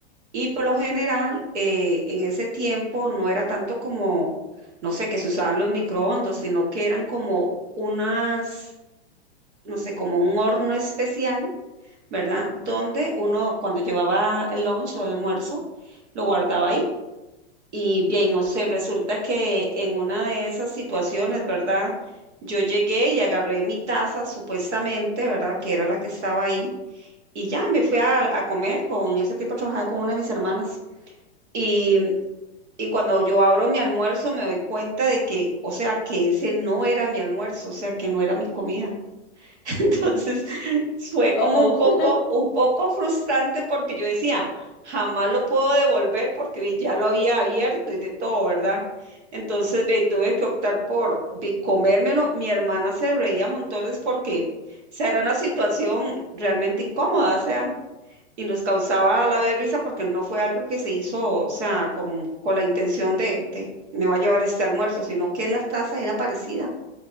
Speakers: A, on the right; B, on the left.
A: Y por lo general, eh, en ese tiempo no era tanto como, no sé, que se usaban los microondas, sino que eran como unas, no sé, como un horno especial, ¿verdad? Donde uno cuando llevaba el lunch o el almuerzo, lo guardaba ahí Y bien, no sé, resulta que en una de esas situaciones, ¿verdad? Yo llegué y agarré mi taza, supuestamente, ¿verdad? Que era la que estaba ahí. Y ya me fui a, a comer. Con ese tiempo trabajaba con una de mis hermanas. Y, y cuando yo abro mi almuerzo, me doy cuenta de que, o sea, que ese no era mi almuerzo, o sea, que no era mi comida. Entonces fue
B: Oh,
A: como un poco,
B: oh. <laughs>
A: un poco frustrante porque yo decía, jamás lo puedo devolver porque ve, ya lo había abierto y de todo, ¿verdad? Entonces ve, tuve que optar por ve, comérmelo. Mi hermana se reía montones porque, o sea, era una situación realmente incómoda, o sea, y nos causaba a la vez risa porque no fue algo que se hizo, o sea, con, con la intención de, de me va a llevar este almuerzo, sino que la taza era parecida.